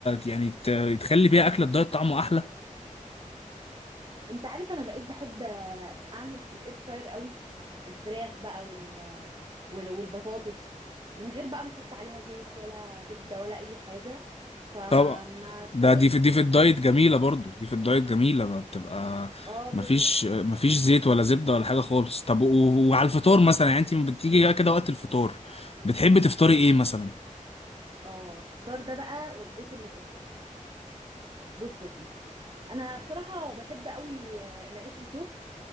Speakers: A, on the left; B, on the right.
A: يعني ت- تخلي بيها اكل الدايت طعمه احلى
B: انت عارف انا بقيت بحب آه، اعمل في الاير فراير قوي الفراخ بقى وال وال- والبطاطس من غير بقى ما احط عليها زيت ولا زبدة ولا اي حاجة فما
A: طبعا ده
B: تزودش
A: دي في دي في الدايت جميلة برضو دي في الدايت جميلة بقى بتبقى
B: اه
A: مفيش
B: جدا
A: مفيش زيت ولا زبدة ولا حاجة خالص طب و- وعلى الفطار مثلا يعني انت بتيجي كده وقت الفطار بتحبي تفطري ايه مثلا
B: اه الفطار ده بقى وجبتي المفضلة بص يا سيدي انا بصراحة بحب قوي آه، العيش التوست